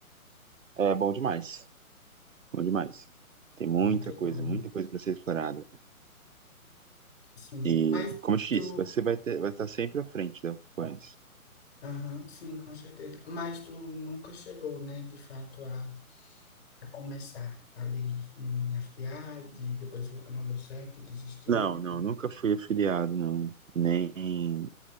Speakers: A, on the right (about 60°); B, on the left (about 45°).
A: É bom demais. Bom demais. Tem muita
B: Muito bom.
A: coisa, muita coisa para ser explorada.
B: Sim.
A: E,
B: Mas
A: como eu te
B: tu,
A: disse, você vai ter, vai estar sempre à frente da Ocupantes.
B: aham, sim, com certeza. Mas tu nunca chegou, né, de fato, a a começar ali em afiliados e depois viu que não deu certo, desistiu.
A: Não, não, nunca fui afiliado, não. Nem.